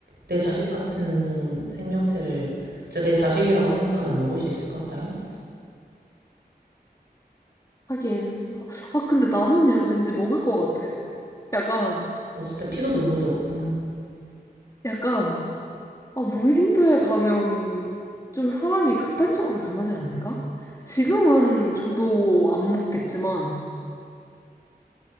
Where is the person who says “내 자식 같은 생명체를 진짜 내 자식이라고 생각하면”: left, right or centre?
Right